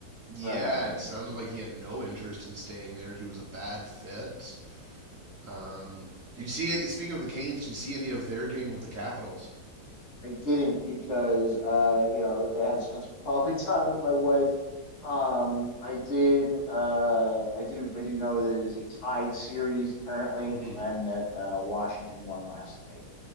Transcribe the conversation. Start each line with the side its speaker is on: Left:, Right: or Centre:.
Right: Yeah,
Left: But um,
Right: it sounded like he had no interest in staying there. He was a bad fit. Um, did you see it? Speaking of the Canes, did you see any of their game with the Capitals?
Left: they didn't because uh, you know I had to spend some <laughs> quality time with my wife. Um, I did. Uh, I do. I do know that it is a tied series currently,
Right: Mm-hmm.
Left: and that uh, Washington won last night.